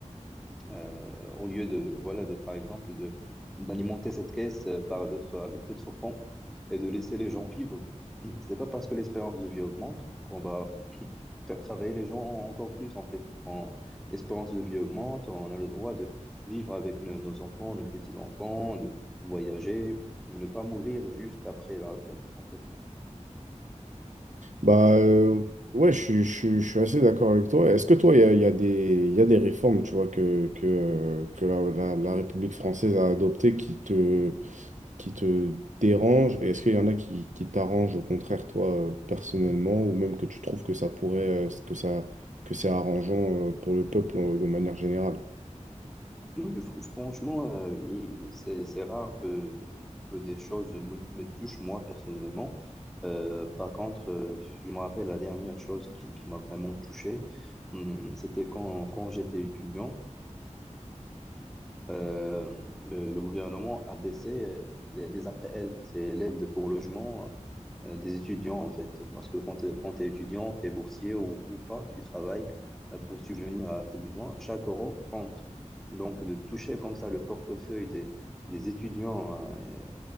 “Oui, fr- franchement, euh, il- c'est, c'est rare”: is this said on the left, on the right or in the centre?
Centre